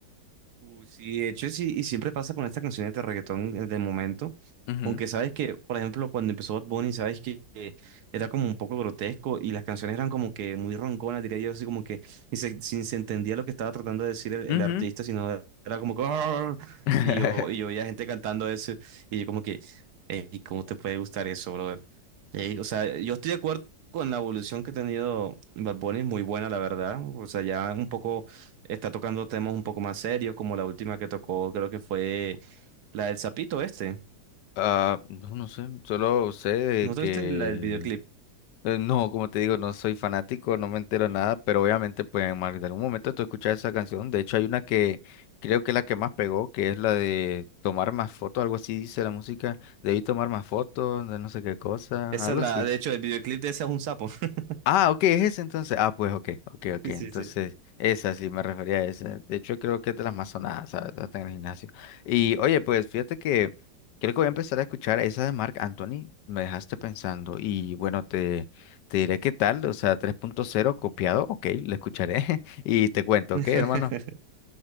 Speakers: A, on the right (about 65°); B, on the left (about 75°).
A: Uh, sí, de hecho sí, y siempre pasa con estas canciones de reggaetón eh, del momento.
B: Ujú,
A: Aunque sabes que, por ejemplo, cuando empezó Bad Bunny, sabes que eh, era como un poco grotesco y las canciones eran como que muy ronconas, diría yo, así como que ni se, ni se entendía lo que estaba tratando de decir el, el
B: ujú.
A: artista, sino era como que... "Arr",
B: <laughs>
A: Y yo, y yo oía gente cantando eso y yo como que, "Ey, ¿cómo te puede gustar eso, brother? Ey, o sea, yo estoy de acuerdo con la evolución que ha tenido Bad Bunny, muy buena, la verdad. O sea, ya un poco Está tocando temas un poco más serios, como la última que tocó, creo que fue la del sapito este.
B: Ah, no, no sé, solo sé de
A: ¿No
B: que...
A: tuviste la del videoclip?
B: eh, No, como te digo, no soy fanático, no me entero nada, pero obviamente pues en más de algún momento tú escuchas esa canción. De hecho hay una que creo que es la que más pegó, que es la de tomar más fotos, algo así dice la música. Debí tomar más fotos, de no sé qué cosa,
A: Esa
B: algo
A: es la,
B: así.
A: de hecho, el videoclip de esa es un sapo. <laughs>
B: Ah, ok, es ese entonces. Ah, pues ok, ok, ok.
A: Sí,
B: Entonces,
A: sí, sí.
B: esa sí me refería a esa. De hecho, creo que es de las más sonadas, ¿sabes? Hasta en el gimnasio. Y oye, pues fíjate que creo que voy a empezar a escuchar esa de Marc Anthony. Me dejaste pensando. Y bueno, te, te diré qué tal. O sea, tres punto cero copiado. Ok, la escucharé. <laughs> Y te cuento,
A: <laughs>
B: ok, hermano.